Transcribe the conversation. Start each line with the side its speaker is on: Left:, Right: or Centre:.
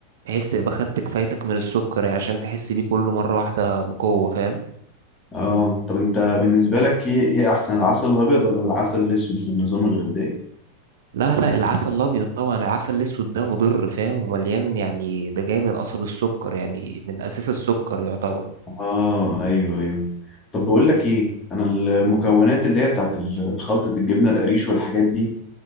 Right: بحيث تبقى خدت كفايتك من السكر يعني عشان تحس بيه كله مره واحده بقوه فاهم
Left: اه طب انت بالنسبة لك ايه ايه احسن العسل الابيض ولا العسل الاسود للنظام الغذائي
Right: لا لا العسل الابيض طبعا العسل الاسود ده مضر فاهم ومليان يعني ده جاي من قصب السكر يعني من اساس السكر يعتبر
Left: اه ايوه ايوه طب بقول لك ايه انا المكونات اللي هي بتاعت ال- خلطة الجبنة القريش والحاجات دي